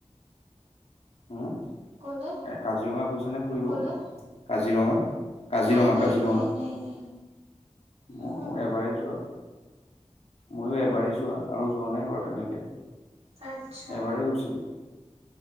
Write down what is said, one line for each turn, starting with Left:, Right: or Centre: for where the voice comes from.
Left: উম,
Right: ক'লে
Left: এ কাজিৰঙা গৈছানে ফুৰিব
Right: ক'লে
Left: কাজিৰঙা। কাজিৰঙা,
Right: নাই নাই
Left: কাজিৰঙা
Right: নাই নাই নাই
Left: মই
Right: উহো
Left: এবাৰেই যোৱা। ময়ো এবাৰেই যোৱা আৰু যোৱা নাই বাৰু তেনেকে।
Right: আচ্ছা।
Left: এবাৰেই গৈছিলো